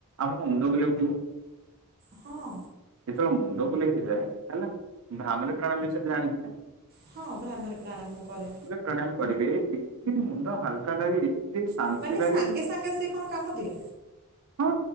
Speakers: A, on the right (about 65°); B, on the right (about 45°).
A: ଆମକୁ ମୁଣ୍ଡ ବୁଲେଇ ହୋଇଥିବ।
B: ହଁ।
A: ଯେତେବେଳେ ମୁଣ୍ଡ ବୁଲେଇ ହେଇଯାଏ ହେଲା ଭ୍ରାମାରି ପ୍ରାଣାୟମ ବିଷୟରେ ଜାଣିଥିବେ
B: ହଁ ଭ୍ରାମାରି ପ୍ରାଣାୟମ ମୁଁ କରେ।
A: ପ୍ରାଣାୟମ କରିବେ ଏତେ ମୁଣ୍ଡ ହାଲକା ଲାଗେ ଶାନ୍ତି
B: ମାନେ
A: ଲାଗେ
B: ସାଙ୍ଗେ
A: ବହୁତ
B: ସାଙ୍ଗେ ସିଏ
A: ବଢିଆ।
B: କଣ କାମ ଦିଏ?
A: ହଁ